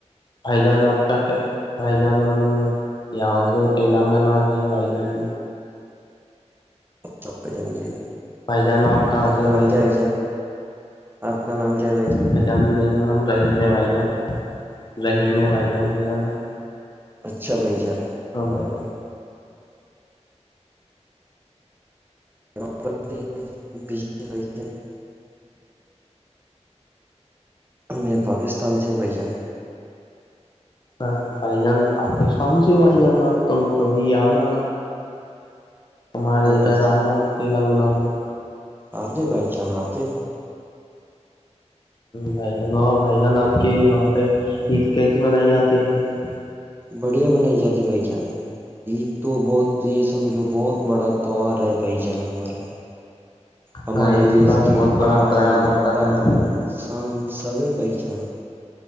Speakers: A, on the left; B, on the right.
A: بھائی جان آپ کا کیا بھائی جان ہم یہاں سے تلنگانہ سے بھائی جان
B: ہاں بھائی جان جی
A: بھائی جان آپ کہاں سے
B: کا
A: ہو
B: نام
A: بھائی
B: کیا
A: جان
B: ہے آپ کا نام کیا ہے
A: بھائی جان میرا نام رہیم ہے بھائی جان رحیم ہے بھائی جان میرا نام
B: اچھا بھائی جان
A: ہاں بھائی جان
B: <unintelligible> میں پاکستان سے ہوں بھائی جان
A: ہاں بھائی جان پاکستان سے بھائی جان آپ تو کبھی آنا ہمارے
B: ہاں
A: ادھر
B: بھائی
A: آنا ہے تلنگانہ میں
B: آتےے بھائی جان آتے
A: بھائی جان وہاں بھائی جان آپ کے وہاں پہ عید کیسی منائی جاتی ہے بھائی جان
B: بڑھیا بنائی جاتی بھائی جان عید تو بہت تو یہ سمجھو بہت بڑا تہوار ہے بھائی جانا ہمارا ہمارے
A: ہاں عید
B: دیس
A: کا تو
B: کی
A: بہت بڑا
B: آن
A: تیار ہوتا ہے
B: بان
A: بھائی جان
B: سان سب ہے بھائی جان